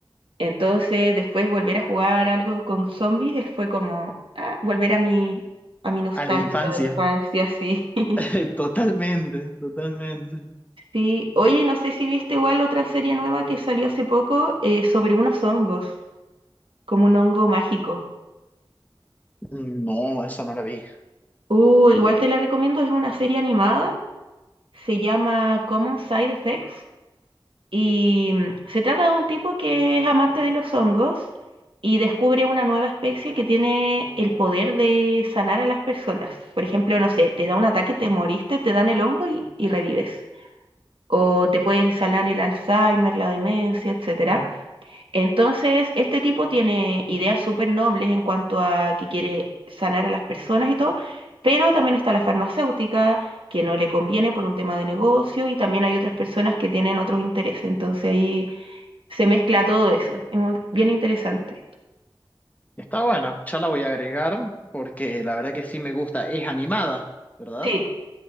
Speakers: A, on the right; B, on the left.
A: entonces después volver a jugar algo con zombies fue como ah, volver a mi, a mi nostalgia
B: A la infancia,
A: de la infancia, sí. <laughs>
B: <laughs> totalmente, totalmente.
A: Sí, oye, no sé si viste igual otra serie nueva que salió hace poco eh, sobre unos hongos, como un hongo mágico.
B: No, esa no la vi.
A: Uh, igual te la recomiendo, es una serie animada, se llama Common Side Effects y mm, se trata de un tipo que es amante de los hongos y descubre una nueva especie que tiene el poder de sanar a las personas. Por ejemplo, no sé, te da un ataque, te moriste, te dan el hongo y, y revives. O te puede sanar el Alzheimer, la demencia, etcétera. Entonces, este tipo tiene ideas súper nobles en cuanto a que quiere sanar a las personas y todo, pero también está la farmacéutica, que no le conviene por un tema de negocio, y también hay otras personas que tienen otros intereses. Entonces ahí se mezcla todo eso. Es muy- bien interesante.
B: Está buena, ya la voy a agregar porque la verdad que sí me gusta. Es animada, ¿verdad?
A: Sí,